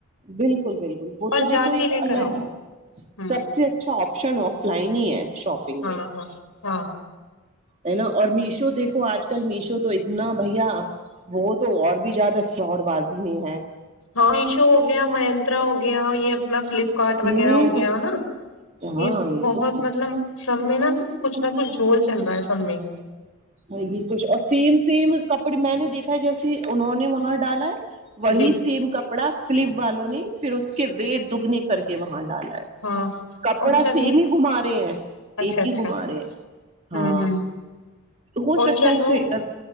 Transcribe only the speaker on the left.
پر
جا
کے
لے
کر آؤ
ہ
ہاں
ہاں ہاں
ہاں میشو ہو گیا منترا ہو گیا یہ اپنا فلپ کاٹ
وغیرہ ہو گیا ہو نا
یہ بہت
مطلب سب میں نا کچھ نہ کچھ جھول چل رہا ہے سب میں
جی
ہاں
اور چل
اچھا
اچھا
ہوں ہ
اور
چلو